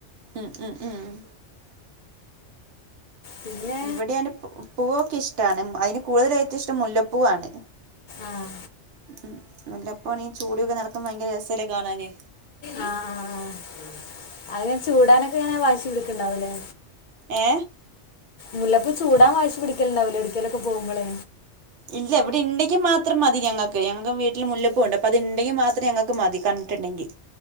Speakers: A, on the right; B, on the left.
A: അ അ ആഹ്
B: പിന്നെ
A: ഇവിടെയാണ് പൂവൊക്കെ ഇഷ്ടാണ് അതില് കൂടുതലായിറ്റ് ഇഷ്ടം മുല്ലപ്പൂവാണ്
B: ആ
A: ഉം മുല്ലപൂവാണെ ഈ ചൂടി ഒക്കെ നടക്കുമ്പം ഭയങ്കര രസല്ലേ കാണാന്
B: ആ ആഹ് അങ്ങനെ ചൂടാനൊക്കെ ഇങ്ങനെ വാശി പിടിക്ക് ഇണ്ടാവുംലേ
A: ഏ
B: മുല്ലപ്പൂവ് ചൂടാൻ വാശി പിടിക്കൽ ഇണ്ടാവും ലേ എവിടെങ്കിലും ഒക്കെ പോകുമ്പോളേ
A: ഇല്ല ഇവിടെ ഉണ്ടെങ്കിൽ മാത്രം മതി ഞങ്ങക്ക് ഞങ്ങൾക്ക് വീട്ടിൽ മുല്ലപ്പൂവ് ഉണ്ട് അപ്പൊ അത് ഉണ്ടെങ്കിൽ മാത്രം ഞങ്ങക്ക് മതി കണ്ടിട്ടുണ്ടെങ്കിൽ